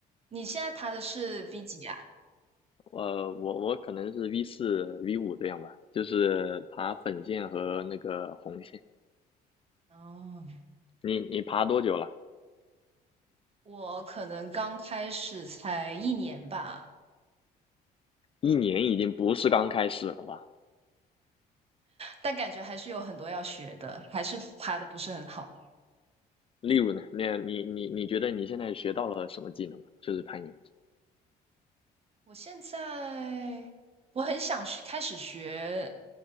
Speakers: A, on the right; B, on the left.
A: 你现在爬的是 V 几呀？
B: 呃，我我可能是 V 四 V 五这样吧，就是爬粉线和那个红线。
A: 哦，
B: 你你爬多久了？
A: 我可能刚开始才一年吧，
B: 一年已经不是刚开始了吧？
A: 但感觉还是有很多要学的，还是爬的不是很好。
B: 例如呢，那你你你觉得你现在学到了什么技能？就是攀岩，
A: 我现在我很想学开始学